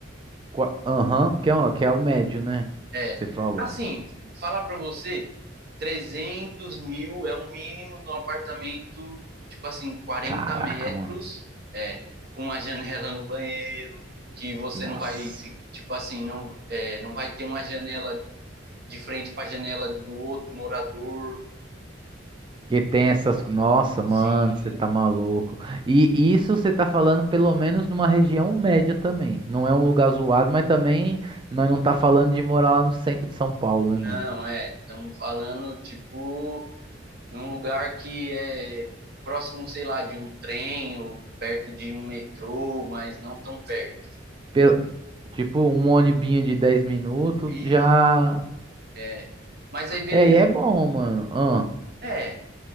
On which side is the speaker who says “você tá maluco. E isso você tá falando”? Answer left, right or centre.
Right